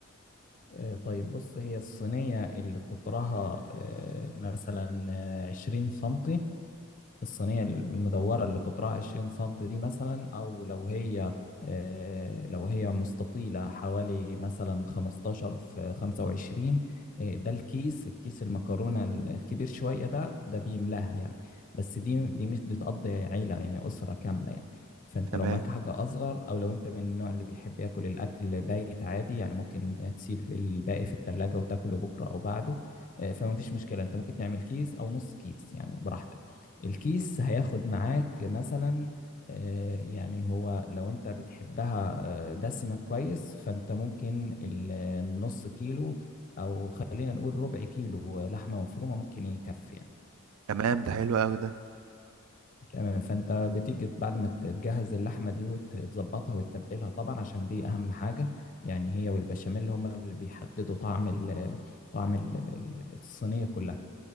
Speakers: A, on the left (about 40°); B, on the right (about 85°).
A: آه، طيب بص هي الصينية اللي قطرها آه، مثلا آه، عشرين سنتي الصينية المدورة اللي قطرها 20 سنتي دي مثلا أو لو هي آه، لو هي مستطيلة حوالي مثلا 15 في 25 آه، ده الكيس الكيس المكرونة الكبير شوية ده ده بيملاها يعني بس دي دي مش بتقضي عيلة يعني أسرة كاملة يعني فأنت
B: تمام
A: لو معاك حاجة أصغر أو لو أنت من النوع اللي بيحب ياكل الأكل بايت عادي يعني ممكن تسيب الباقي في التلاجة وتاكله بكرة أو بعده آه، فما فيش مشكلة أنت ممكن تعمل كيس أو نص كيس يعني براحتك الكيس هياخد معاك مثلا آه، يعني هو لو انت بتحبها آه، دسمة كويس فانت ممكن ال- النص كيلو او خلينا نقول ربع كيلو لحمة مفرومة ممكن يكفي يعني
B: تمام ده حلو قوي ده
A: تمام فانت بتيجي بعد ما تجهز اللحمة دي وتظبطها وتتبلها طبعا عشان دي اهم حاجة يعني هي والبشاميل هما اللي بيحددوا طعم ال طعم ال- ال- الصينية كلها